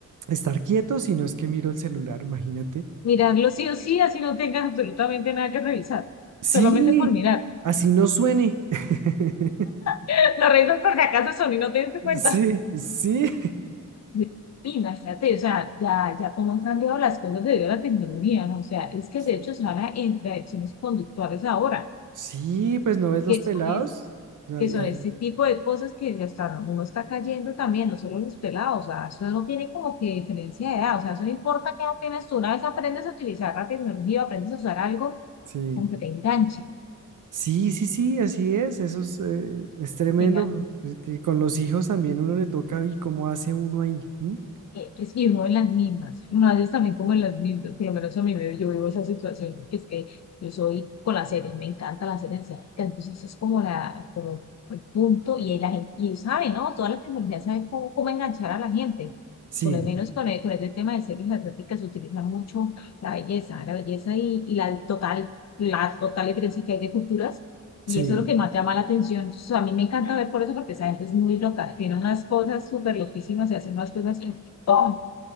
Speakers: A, on the right; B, on the left.
A: estar quieto, sino es que miro el celular, imagínate.
B: Mirarlo sí o sí, así no tengas absolutamente nada que revisar,
A: Sí,
B: solamente por mirar.
A: así no suene. <laughs>
B: <laughs> Lo revisas por si acaso son y no te diste cuenta.
A: Sí, sí.
B: Y- Imagínate, o sea, ya, ya cómo han cambiado las cosas debido a la tecnología, ¿no? O sea, es
A: <laughs>
B: que de hecho se habla en de adicciones conductuales ahora,
A: Sí, pues no ves los
B: que
A: pelados.
B: son esas
A: Ay,
B: que son
A: ay,
B: este tipo de cosas que ya está, uno está cayendo también, no solo los pelados, o sea, eso no tiene como que diferencia de edad, o sea, eso no importa qué edad tienes tú, una vez aprendes a utilizar la tecnología, aprendes a usar algo,
A: sí.
B: como que te enganche,
A: Sí, sí, sí, así es. Eso es, eh, es tremendo.
B: te enganche.
A: pues, es que con los hijos también uno le toca y cómo hace uno ahí. ¿m?
B: eh, es que vivo en las mismas, más es también como en las mismas, por lo menos a mí me, yo vivo esa situación, porque es que yo soy con las series, me encanta las series asiáticas, entonces eso es como, la, como el, el punto, y ahí la gente, y saben, ¿no? Todas las tecnologías saben cómo, cómo enganchar a la gente,
A: Sí,
B: por lo menos con, el- con este tema de series asiáticas se utiliza mucho la belleza, la belleza y, y la total, la total diferencia que hay de culturas,
A: sí,
B: y eso es lo que más llama la atención. Entonces, a mí me encanta ver por eso, porque esa gente es muy loca, tiene unas cosas súper loquísimas se hacen unas cosas oh,